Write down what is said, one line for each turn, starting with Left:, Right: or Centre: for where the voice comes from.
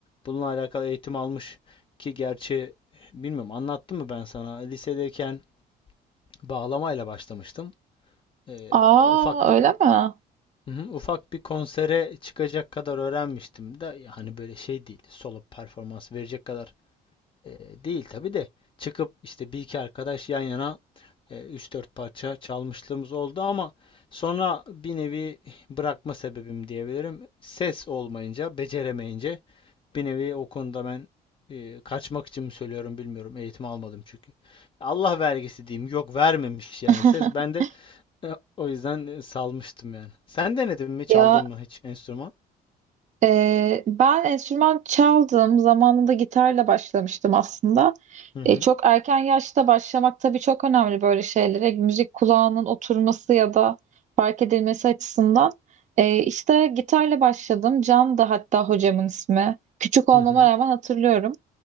Left: Bununla alakalı eğitim almış ki gerçi bilmiyorum anlattım mı ben sana lisedeyken bağlamayla başlamıştım. E,
Right: Aa
Left: ufak
Right: öyle mi?
Left: Hı hı, Ufak bir konsere çıkacak kadar öğrenmiştim de hani böyle şey değil solo performans verecek kadar e, değil tabii de çıkıp işte bir iki arkadaş yan yana e, üç dört parça çalmışlığımız oldu ama sonra bir nevi bırakma sebebim diyebilirim. Ses olmayınca, beceremeyince bir nevi o konuda ben e, kaçmak için mi söylüyorum bilmiyorum. Eğitim almadım çünkü. Allah vergisi diyeyim. Yok vermemiş yani
Right: <laughs>
Left: ses. Ben de e, O yüzden e, salmıştım yani. Sen denedin mi? Çaldın
Right: Ya
Left: mı hiç enstrüman?
Right: Ee, ben enstrüman çaldım. Zamanında gitarla başlamıştım aslında.
Left: Hı
Right: Ee,
Left: hı.
Right: çok erken yaşta başlamak tabii çok önemli böyle şeylere. Müzik kulağının oturması ya da fark edilmesi açısından. Ee, işte gitarla başladım. Can da hatta hocamın ismi. Küçük olmama
Left: Hı hı.
Right: rağmen hatırlıyorum.